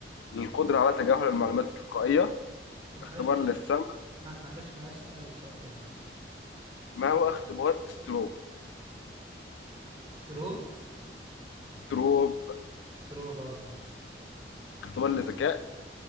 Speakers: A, on the left; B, on the right.
A: للقدرة على تجاهل المعلومات التلقائية
B: معلش
A: اختبار للسمع
B: مع- معلش معلش اسأل السؤال تاني معلش
A: ما هو اختبار ستروب
B: سترو
A: ستروب
B: سترو بقى تمام
A: اختبار للذكاء